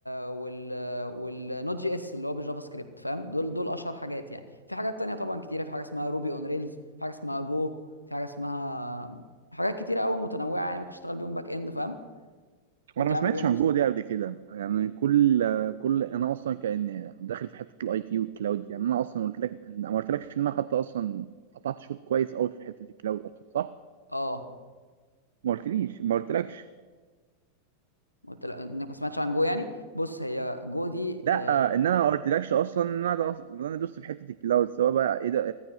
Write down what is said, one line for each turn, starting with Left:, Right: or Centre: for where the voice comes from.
Left: وال والنوت جي اس اللي هو بالجافا سكريبت فاهم دول دول اشهر حاجات يعني في حاجات تانية طبعا كتيره في حاجه اسمها روبي اون ريلز في حاجه اسمها جو في حاجه اسمها حاجات كتيره قوي متنوعه يعني ممكن تشتغل بيهم باك اند فاهم وتعمل
Right: وانا ما سمعتش
Left: بيهم ويب
Right: عن
Left: سايت
Right: جو دي قبل كده يعني كل كل انا اصلا كان داخل في حته الاي تي والكلاود يعني انا اصلا قلت لك ما قلتلكش ان انا خدت اصلا قطعت شوط كويس قوي في حته الكلاود اصلا صح؟
Left: اه
Right: ما قلتليش ما قلتلكش
Left: قلت لك انك ما سمعتش عن جو يعني بص هي جو دي
Right: لا
Left: اه
Right: آه، ان انا ما قلتلكش اصلا ان انا داس- ان انا دوست في حته الكلاود سواء بقى ايه ده